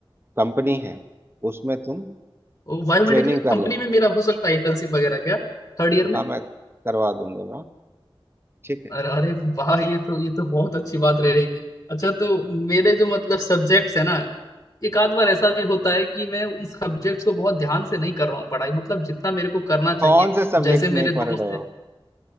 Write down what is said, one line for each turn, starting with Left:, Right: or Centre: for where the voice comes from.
Right: कंपनी है उसमें तुम
Left: वो बायोमेडिकल
Right: ट्रेनिंग कर
Left: कंपनी
Right: लेना
Left: में मेरा हो सकता है इंटर्नशिप वगैरह क्या थर्ड ईयर
Right: हाँ
Left: में
Right: मैं करवा दूंगा मैं ठीक है
Left: अरे अरे वाह ये तो ये तो बहुत अच्छी बात रहेगी अच्छा तो मेरे जो मतलब सब्जेक्ट्स है ना एक आध बार ऐसा भी होता है कि मैं उन सब्जेक्ट्स को बहुत ध्यान से नहीं कर रहा हूँ पढ़ाई मतलब जितना मेरे को करना चाहिए
Right: कौन से सब्जेक्ट
Left: जैसे
Right: नहीं
Left: मेरे दोस्त
Right: पढ़ रहे हो